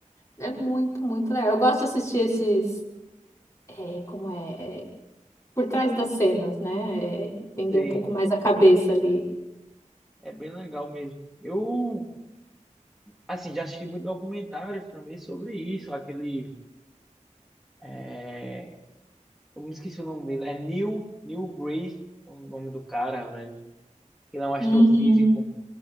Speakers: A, on the left (about 25°); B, in the centre.
A: é muito, muito legal. Eu gosto de assistir esses, é, como é, é, por trás das cenas, né? É, entender
B: sei,
A: um pouco mais a cabeça ali.
B: é bem legal mesmo. Eu, assim, já assisti muitos documentários também sobre isso. Aquele, é, eu me esqueci o nome dele, é Neil, Neil Gray, o nome do cara, velho. Que ele é um astrofísico.
A: Uhum,